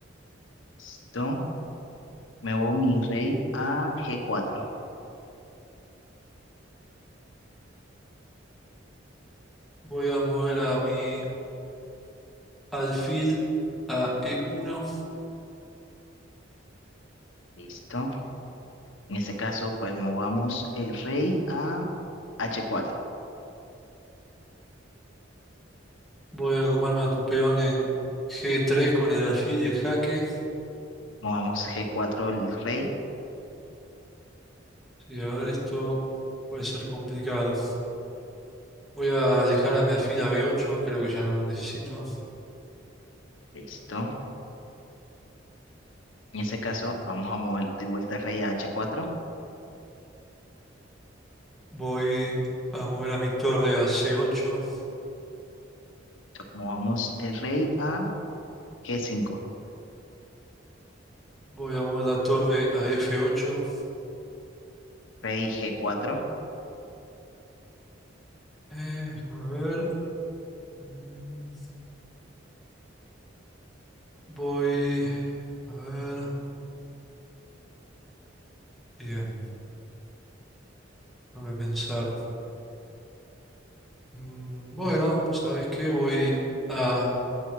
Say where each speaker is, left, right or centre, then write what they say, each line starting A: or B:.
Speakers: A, on the left; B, in the centre.
A: ¿Listo? Muevo mi rey a g cuatro
B: Voy a mover a mi alfil a E1.
A: Listo. En este caso, pues movamos el rey a h cuatro
B: Voy a comerme a tu peón en G3 con el alfil y el jaque.
A: Movamos g cuatro el rey.
B: Sí, a ver, esto puede ser complicado. Voy a alejar a mi alfil a B8. Creo que ya no lo necesito.
A: Listo. En este caso, vamos a mover de vuelta el rey a h cuatro
B: Voy a mover a mi torre a C8.
A: Entonces, movamos el rey a g cinco
B: Voy a mover la torre a F8.
A: Rey g cuatro
B: Eh, a ver. mm, Voy. A ver. Bien, déjame pensar. Mm, Bueno, ¿sabes qué? Voy a